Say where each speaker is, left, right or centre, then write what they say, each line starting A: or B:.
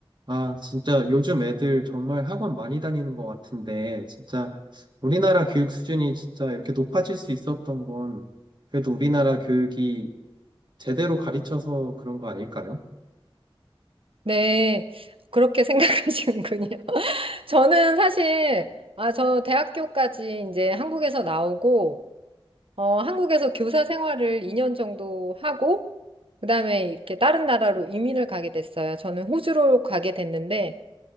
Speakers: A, on the right (about 55°); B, on the right (about 70°).
A: 아, 진짜 요즘 애들 정말 학원 많이 다니는 것 같은데, 진짜 우리나라 교육 수준이 진짜 이렇게 높아질 수 있었던 건 그래도 우리나라 교육이 제대로 가르쳐서 그런 거 아닐까요?
B: 네, 그렇게 <laughs> 생각하시는군요. 저는 사실, 아, 저 대학교까지 이제 한국에서 나오고, 어, 한국에서 교사 생활을 2년 정도 하고, 그다음에 이렇게 다른 나라로 이민을 가게 됐어요. 저는 호주로 가게 됐는데,